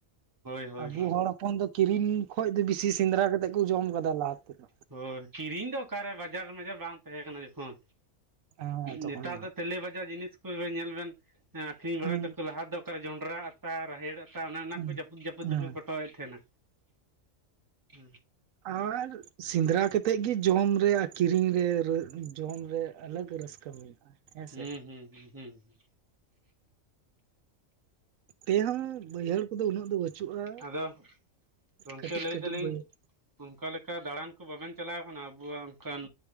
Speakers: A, on the right; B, on the right.
A: ᱦᱳᱭ ᱦᱳᱭ
B: ᱟᱵᱩ
A: ᱦᱳᱭ
B: ᱦᱚᱲ ᱦᱚᱯᱚᱱ ᱫᱚ ᱠᱤᱨᱤᱧ ᱠᱷᱚᱡ ᱫᱚ ᱵᱮᱥᱤ ᱥᱮᱸᱫᱽᱨᱟ ᱠᱟᱛᱮᱫ ᱠᱚ ᱡᱚᱢ ᱟᱠᱟᱫᱟ ᱞᱟᱦᱟ, ᱛᱮᱫᱚ
A: ᱦᱳᱭ ᱠᱤᱨᱤᱧ ᱫᱚ ᱚᱠᱟᱨᱮ ᱵᱟᱡᱟᱨ ᱢᱟᱡᱟᱨ ᱵᱟᱝ ᱛᱟᱦᱮᱸ ᱠᱟᱱᱟ ᱡᱚᱠᱷᱚᱱ,
B: ᱦᱮᱸ ᱛᱚᱠᱷᱚᱱ
A: ᱱᱮᱛᱟᱨ ᱫᱚ ᱛᱮᱞᱮ ᱵᱟᱡᱟᱨ ᱡᱤᱱᱤᱥ ᱠᱚ ᱧᱮᱞ ᱵᱮᱱ ᱟᱹᱠᱷᱨᱤᱧ ᱵᱟᱲᱟᱭ
B: ᱦᱩᱸ
A: ᱛᱟᱠᱚ ᱞᱟᱦᱟ ᱫᱚ ᱚᱠᱟᱨᱮ ᱡᱚᱸᱰᱨᱟ ᱟᱛᱟ ᱨᱟᱦᱮᱲ ᱚᱱᱟ
B: ᱦᱩᱸ
A: ᱠᱚ ᱡᱟᱹᱯᱩᱫ ᱡᱟᱹᱯᱩᱫ
B: ᱦᱮᱸ
A: ᱫᱚᱠᱚ ᱠᱚᱴᱚᱭᱮᱫ ᱛᱟᱦᱮᱱᱟ ᱦᱮ
B: ᱟᱨ ᱥᱮᱸᱫᱽᱨᱟ ᱠᱟᱛᱮᱜ ᱜᱤ ᱡᱚᱢ ᱨᱮ ᱟᱠ ᱠᱤᱨᱤᱧ ᱨᱮ ᱡᱚᱢ ᱨᱮ ᱟᱞᱟᱜᱽ ᱨᱟᱹᱥᱠᱟᱹ ᱢᱮᱱᱟᱜᱼᱟ᱾ ᱦᱮᱸᱥᱮ
A: ᱦᱩᱸ ᱦᱩᱸ ᱦᱩᱸ ᱦᱩᱸ
B: ᱛᱮᱦᱚᱸ ᱵᱟᱹᱭᱦᱟᱹᱲ ᱠᱚᱫᱚ ᱩᱱᱟᱹᱜ ᱫᱚ ᱵᱟᱹ ᱪᱩᱜᱼᱟ
A: ᱟᱫᱚ ᱜᱚᱢᱠᱮ
B: ᱠᱟᱹᱴᱤᱡ
A: ᱞᱟᱹᱭ
B: ᱠᱟᱹᱴᱤᱡ
A: ᱫᱟᱞᱤᱧ
B: ᱵᱟᱹᱭᱟᱹᱲ
A: ᱚᱱᱠᱟ ᱞᱮᱠᱟ ᱫᱟᱲᱟᱱ ᱠᱚ ᱵᱟᱵᱮᱱ ᱪᱟᱞᱟᱣ ᱠᱟᱱᱟ ᱟᱵᱚᱣᱟᱜ ᱚᱱᱠᱟᱱ